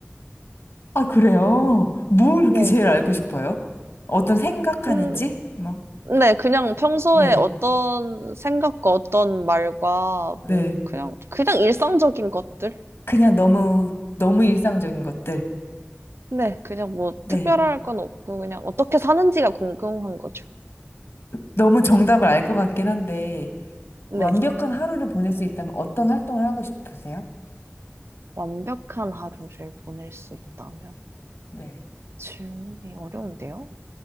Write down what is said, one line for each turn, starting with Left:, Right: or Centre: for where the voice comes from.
Left: 아, 그래요? 뭘 그렇게
Right: <laughs> 네.
Left: 제일 알고 싶어요? 어떤 생각하는지?
Right: 음,
Left: 뭐.
Right: 네, 그냥 평소에
Left: 네.
Right: 어떤 생각과 어떤 말과
Left: 네.
Right: 뭐 그냥 그냥 일상적인 것들?
Left: 그냥 너무, 너무 일상적인 것들.
Right: 네, 그냥 뭐
Left: 네.
Right: 특별할 건 없고 그냥 어떻게 사는지가 궁금한 거죠.
Left: 너무 정답을 알 것 같긴 한데,
Right: 네.
Left: 완벽한 하루를 보낼 수 있다면 어떤 활동을 하고 싶으세요?
Right: 완벽한 하루를 보낼 수 있다면
Left: 네.
Right: 질문이 어려운데요.